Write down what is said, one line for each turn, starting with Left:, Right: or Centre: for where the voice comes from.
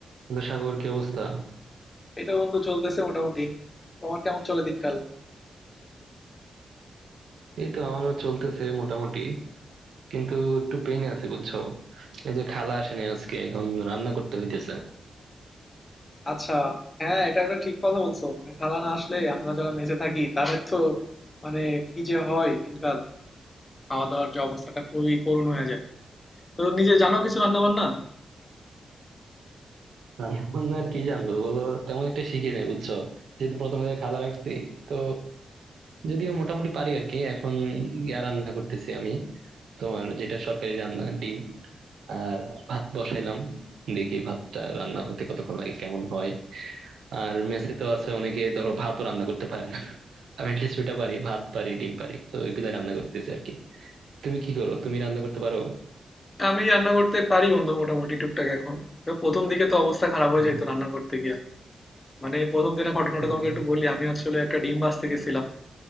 Right: কিন্তু সাগর কি অবস্থা
Left: এই তো বন্ধু চলতেছে মোটামুটি তোমার কেমন চলে দিনকাল
Right: এই তো আমারও চলতেছে মোটামুটি কিন্তু একটু পেইনে আছি বুঝছো এই যে খালা আসেনি আজকে এখন রান্না করতে হইতেছে
Left: আচ্ছা হ্যাঁ এটা একটা ঠিক কথা বলছো মানে খালা না আসলে আমরা যারা মেসে থাকি তাদের তো মানে কি যে হয় দিনকাল খাওয়া দাওয়ার যে অবস্থাটা খুবই করুণ হয়ে যায় তো নিজে জানো কিছু রান্না বান্না
Right: রান্না বান্না আর কি জানবো বলো তেমন একটা শিখি নাই বুঝছো যেহেতু প্রথম থেকে খালা রাখছি তো যদিও মোটামুটি পারি আর কি এখন ইয়া রান্না করতেছি আমি তোমার যেটা সরকারি রান্না ডিম আর ভাত বসাইলাম দেখি ভাতটা রান্না হতে কতক্ষণ লাগে কেমন হয় আর মেসে তো আছে অনেকে ধরো ভাতও রান্না করতে পারে না আমি অ্যাটলিস্ট ওইটা পারি ভাত পারি ডিম পারি তো ওইগুলা রান্না করতেছি আর কি তুমি কি করো তুমি রান্না করতে পারো
Left: আমি রান্না করতে পারি বন্ধু মোটামুটি টুকটাক এখন তো প্রথম দিকে তো অবস্থা খারাপ হয়ে
Right: হুম,
Left: যেত রান্না করতে গিয়া মানে প্রথম দিনের ঘটনাটা
Right: হুম,
Left: তোমাকে
Right: হুম,
Left: একটু বলি আমি আসলে একটা ডিম ভাজতে গেছিলাম